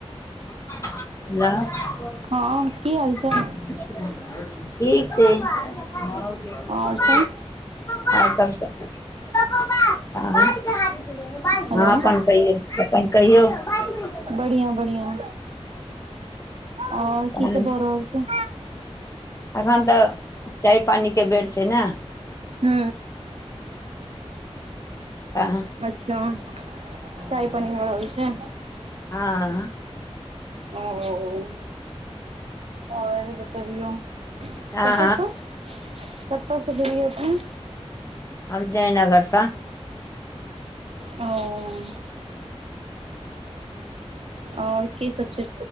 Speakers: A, on the left; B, on the right.
A: हेलौ ठीक
B: हँ की
A: छै
B: हाल चाल
A: पपा हेहो पप्पा
B: आओर सब
A: हँ अपन कहियौ अपन
B: हेलो
A: कहियौ हँ
B: बढ़िया बढ़िया आओर
A: तहन
B: की सब भऽ रहल छै
A: एखन तऽ चाय पानी के बेर छै न्
B: हू
A: ह
B: अच्छा
A: हँ
B: चाय पानी भऽ रहल छै
A: हँ
B: ओ आ तभियौ कत्तऽ
A: हँ
B: स कत सु बोलियौ अपने
A: हम जयनगर सँ
B: ओ आओर के सब छै